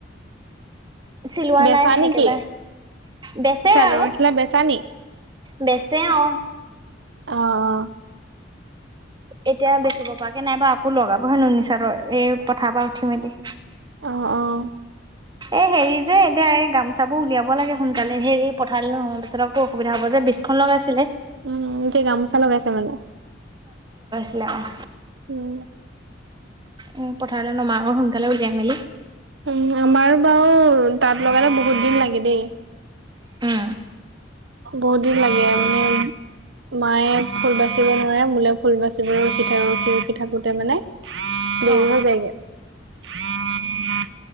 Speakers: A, on the right; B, on the right.
A: চিলোৱা
B: বেচা
A: নাই
B: নেকি?
A: একেবাৰে বেচে
B: চাদৰ
A: আৰু
B: মেখেলা বেচা নে?
A: বেচে অঁ।
B: অঁ অঁ।
A: এতিয়া বেচিব পৰা কে নাইবা আকৌ লগাব হয়ে নো চাৰৰ এই পথাৰ পৰা উঠি মেলি।
B: অঁ অঁ
A: এই হেৰি যে এতিয়া এই গামচাবোৰ উলিয়াব লাগে সোনকালে হেৰি পঠালে নহব তেখেততকো অসুবিধা হ'ব যে বিজখন লগাইছিলে।
B: উম এতিয়া গামোচা লগাইছে মানে
A: নিলা অঁ
B: উম
A: উ পথাৰলৈ নমা আৰু সোনকালে উলিয়াই মেলি
B: উ আমাৰ বাও তাত লগালে বহুত দিন লাগে দেই
A: উম
B: বহুত দিন লাগে মানে মায়ে ফুল বাচিব নোৱাৰে মোলে ফুল বাচিবলৈ ৰখি থাক ৰখি ৰখি থাকোতে মানে দেহ
A: অ
B: জায়গে।